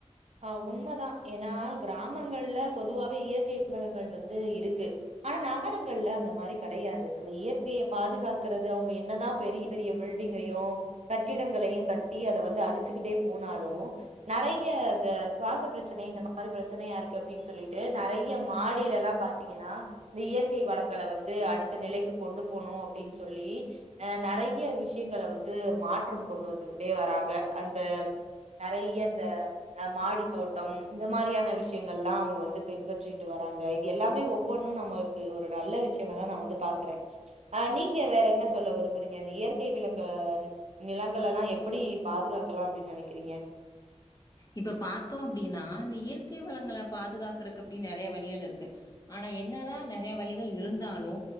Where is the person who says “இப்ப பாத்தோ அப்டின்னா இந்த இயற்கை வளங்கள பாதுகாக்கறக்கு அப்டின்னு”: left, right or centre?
Left